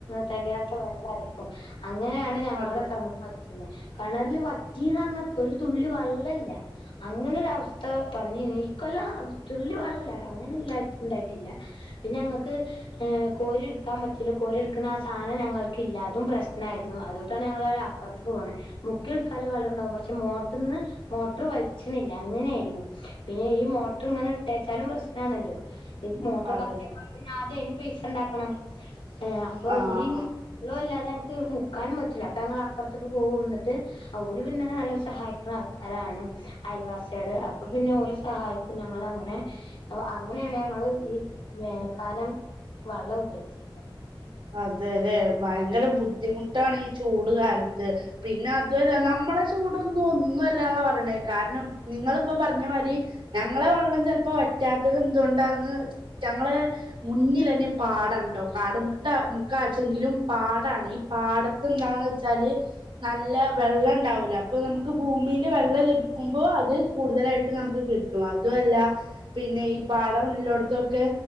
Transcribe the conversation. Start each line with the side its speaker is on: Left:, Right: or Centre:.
Left: തെകയാത്ത വെള്ളായിരിക്കും. അങ്ങനേണ് ഞങ്ങള്
Right: അതെ
Left: കി ണ വറ്റീന്ന് കണർല് വറ്റീന്നർഞ്ഞ ഒരു തുള്ളി വെള്ളല്ല. അങ്ങനൊരവസ്ഥ വന്നി നീ ക്കൊല്ലം തുള്ളി വളളല്ല. അങ്ങനെല്ലാണ്ടായിറ്റില്ല. പിന്നെ ഞങ്ങക്ക് അ് കോരിട്ക്കാം പറ്റില്ല കോരിട്ക്ക്ണ ആ സാധനം ഞങ്ങൾക്കില്ല. അതും പ്രശ്നായിരുന്നു അതോട്ടാണ് ഞങ്ങളൊര പ്പർത്ത്ക്ക് പോണേ. മുക്കിടുക്കാല്ല വള്ളണ്ടാവും പക്ഷെ മോട്ടർന്ന് മോട്ടർ വൽച്ച് ണില്ല അങ്ങനായിരുന്നു. പിന്ന ന്നെ ഈ മോട്ടർ ങ്ങനെ ട്ടേച്ചാലും പ്രശ്നാണല്ലോ. ഇമോട്ടർ
Right: അതെ
Left: കത്തി പിന്നെ ആദ്യ അയിന് പൈസണ്ടാക്കണം ് അപ്പൊ
Right: ആഹ്
Left: ഈ വെള്ളോല്ലാതെ ഞങ്ങ്ക്ക് മുക്കാനും പറ്റ റ്റി ല്ല അപ്പൊ ഞങളപ്പർത്ത്ക്ക് പോകുന്ന് ന്നിട്ട് ഓല് പിന്നെ നല്ലോം സഹായിക്ക്ണ ആൾക്കാരാണ് അയൽവാസ്യാള്. അപ്പൊ പിന്നെ ഓലെ സഹായിക്കും. ഞങ്ങള ങ്ങനെ അങ്ങനെയാണ് ഞങ്ങള് ഈ വേനൽക്കാലം വള്ളം ഉപയോച്ചിരുന്നത്.
Right: അതെലെ ഭയങ്കര ബുദ്ധിമുട്ടാണീചൂട് കാൽത്ത്. പിന്നെ അതൊല്ല നമ്മളെ ചൂടൊന്നും ഒന്നോല്ലാന്നാ പറേണേ കാരണം നിങ്ങളിപ്പോ പറഞ്ഞമാതിരി ഞങ്ങളെ വള്ളം ചെൽപ്പോ വറ്റാത്തതെന്തൊണ്ടാന്ന് ഞങ്ങള് മുന്നിലന്നെ പാടൺട്ടോ കാടു മു <unintelligible> ക്കാച്ചെങ്കിലും പാടാണ ഈ പാടത്ത് എന്താന്ന് വെച്ചാല് നല്ല വെള്ളം ഒണ്ടാവൂല്ലൊ അപ്പൊ നമ്മക്ക് ഭൂമീല് വെള്ളം ലഭിക്ക്മ്പോ അത് കൂടുതലായിട്ട് നമ്മക്ക് കിട്ട് ട്ടും അത്വോല്ലാ. പിന്നെ ഈ പാടല്ലോട്ത്തൊക്കെ